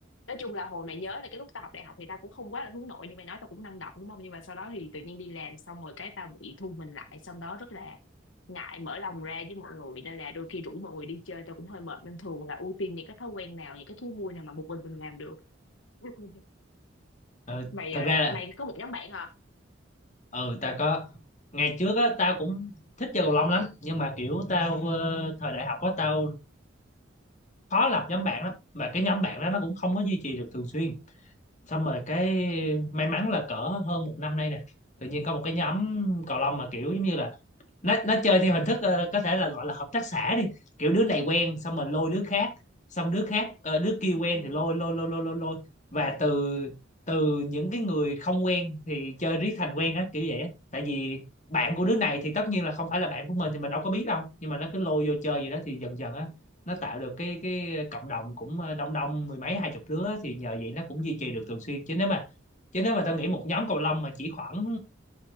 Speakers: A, on the left; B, on the left.
A: nói chung là hồi mày nhớ là cái lúc tao học đại học thì tao cũng không quá là hướng nội như mày nói tao cũng năng động đúng không nhưng mà sau đó thì tự nhiên đi làm xong rồi cái tao bị thu mình lại xong đó rất là ngại mở lòng ra với mọi người nên là đôi khi rủ mọi người đi chơi tao cũng hơi mệt nên thường là ưu tiên những cái thói quen nào những cái thú vui nào mà một mình mình làm được <laughs>
B: ừ,
A: mày
B: thật
A: à,
B: ra là
A: mày có một nhóm bạn hả
B: ừ tao có ngày trước á tao cũng thích chơi cầu lông lắm nhưng mà kiểu tao ờ, thời đại học á tao khó lập nhóm bạn lắm mà cái nhóm bạn đó nó cũng không có duy trì được thường xuyên xong rồi cái may mắn là cỡ hơn một năm nay nè tự nhiên có một cái nhóm cầu lông mà kiểu giống như là nó nó chơi theo hình thức ờ, có thể là gọi là hợp tác xã đi kiểu đứa này quen xong mình lôi đứa khác xong đứa khác ờ, đứa kia quen
A: Ừ.
B: thì lôi lôi lôi lôi lôi lôi và từ từ những cái người không quen thì chơi riết thành quen á kiểu vậy á tại vì bạn của đứa này thì tất nhiên là không phải là bạn của mình thì mình đâu có biết đâu nhưng mà nó cứ lôi vô chơi vậy đó thì dần dần á nó tạo được cái cái cộng đồng cũng ờ, đông đông mười mấy hai chục đứa thì nhờ vậy nó cũng duy trì được thường xuyên chứ nếu mà chứ nếu mà tao nghĩ một nhóm cầu lông mà chỉ khoảng